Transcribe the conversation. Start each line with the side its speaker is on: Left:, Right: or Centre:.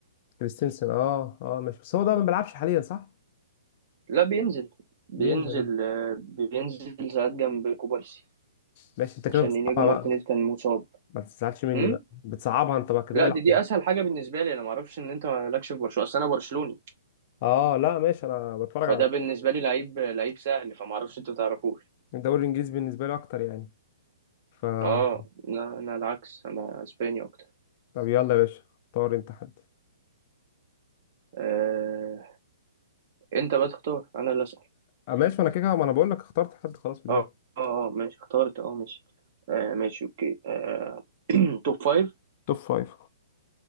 Left: كريستنسن اه اه ماشي بس هو ده ما بيلعبش حاليا صح؟
Right: لا بينزل بينزل
Left: بينزل آه.
Right: آه، بينزل ساعات جنب كوبارسي
Left: ماشي انت كده
Right: عشان
Left: بتصعبها
Right: انياجو مارتينيز
Left: بقى
Right: كان مصاب
Left: ما تزعلش مني
Right: امم
Left: بقى بتصعبها انت بقى كده
Right: لا
Left: العب
Right: دي دي
Left: يعني.
Right: اسهل حاجه بالنسبه لي انا ما اعرفش ان انت مالكش في برشلونه اصل انا برشلوني
Left: اه لا ماشي انا بتفرج
Right: فده
Left: على
Right: بالنسبه لي لعيب لعيب سهل فما اعرفش انتوا تعرفوش
Left: الدوري الانجليزي بالنسبه لي اكتر يعني ف آه،
Right: اه لا انا العكس انا اسباني اكتر
Left: طب يلا يا باشا اختار انت حد
Right: آه، انت بقى تختار انا اللي اسال
Left: آه ماشي انا كده ما انا بقول لك اخترت حد خلاص في دماغي
Right: اه اه آه، ماشي اخترت اه ماشي آه ماشي اوكي آه <clears throat> توب فايف
Left: توب فايف